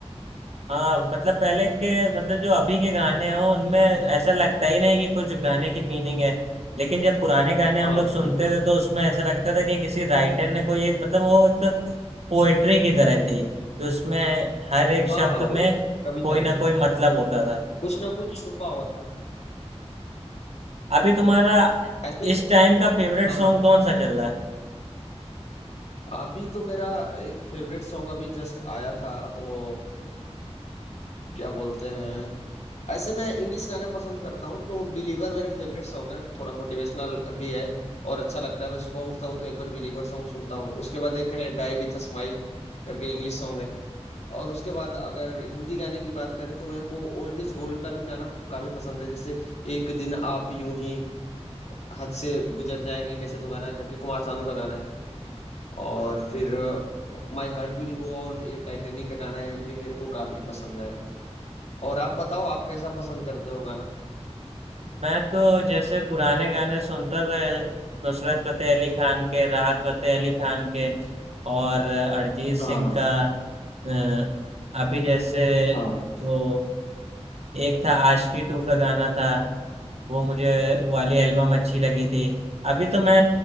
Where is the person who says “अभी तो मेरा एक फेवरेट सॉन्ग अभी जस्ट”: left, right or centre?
Left